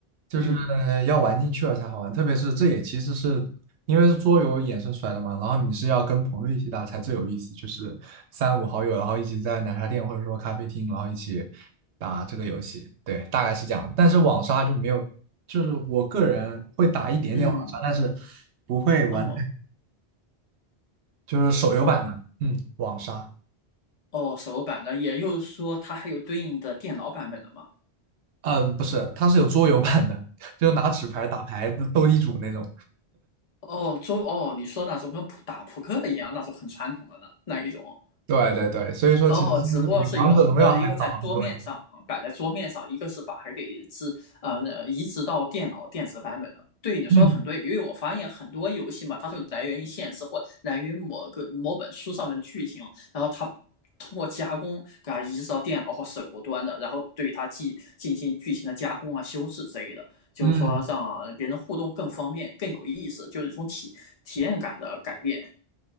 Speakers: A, on the right; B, on the left.
A: 就是
B: 嗯
A: 要玩进去了才好玩。特别是这也其实是因为是桌游衍生出来的嘛，然后你是要跟朋友一起打才最有意思，就是三五好友，然后一起在奶茶店或者说咖啡厅，然后一起打这个游戏。对，大概是这样。但是网杀就没有，就是我个人会打一点点网杀，
B: 嗯
A: 但是不会玩太，
B: 嗯哦。
A: 就是手游版的，
B: 哦，
A: 嗯，网杀。
B: 哦，手版的，也就是说它还有对应的电脑版本的吗？
A: 嗯，不是，它是有桌游版的，<laughs> 就拿纸牌打牌的斗地主那种。
B: 哦，桌哦，你说那种跟扑打扑克一样那种很传统的呢，那一种？
A: 对对对，所以说其实是比王者荣耀还早很多年。
B: 哦，只不过是一个呃，一个在桌面上啊摆在桌面上，一个是把它给置呃呃移植到电脑电子版本的。对，你说的很对，
A: 嗯
B: 因为我发现很多游戏嘛，它就来源于现实或来源于某个某本书上面的剧情，然后它通过加工给它移植到电脑或手游端的，然后对它进进行剧情的加工啊、修饰之类的，就是说让别人互动更方便、
A: 嗯，
B: 更有意思，就是一种体体验感的改变。